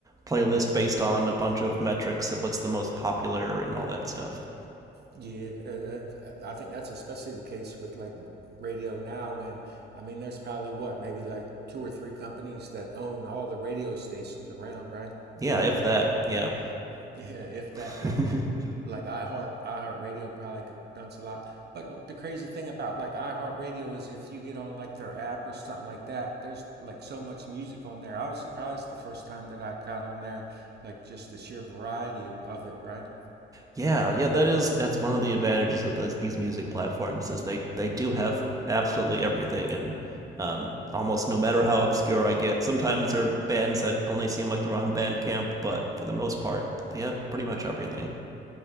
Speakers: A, on the right; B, on the right.
A: playlist based on a bunch of metrics of what's the most popular and all that stuff.
B: Yeah, and- I think that's especially the case with like radio now. When I mean, there's probably what maybe like two or three companies that own all the radio stations around, right?
A: Yeah, if that. Yeah.
B: Yeah, if
A: <laughs>
B: that, like, like iHeart, iHeartRadio probably does a lot. But the crazy thing about like iHeartRadio is if you get on like their app or something like that, there's like so much music on there. I was surprised the first time that I got on there, like just the sheer variety of it, right?
A: yeah, yeah, that is that's one of the advantages of those, these music platforms is they they do have absolutely everything and um, almost no matter how obscure I get, sometimes there are bands that only seem like they're on Bandcamp, but for the most part, they have pretty much everything.